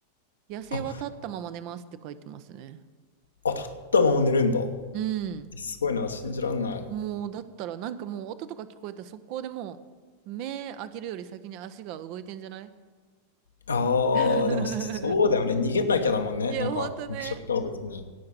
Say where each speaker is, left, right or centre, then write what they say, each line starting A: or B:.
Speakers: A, on the right; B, on the left.
A: 野生は立ったまま寝ますって書いてますね。
B: ー。あ、あ、立ったまま寝るんだ。え
A: うん。
B: すごいな、信じらんない。
A: もう、だったら、なんかもう音とか聞こえたら速攻でもう、目開けるより先に足が動いてんじゃない
B: ああ、
A: <laughs>
B: でもそうだよね。逃げなきゃだもんね。
A: いや、
B: なんか、
A: ほんとね。
B: 肉食動物に。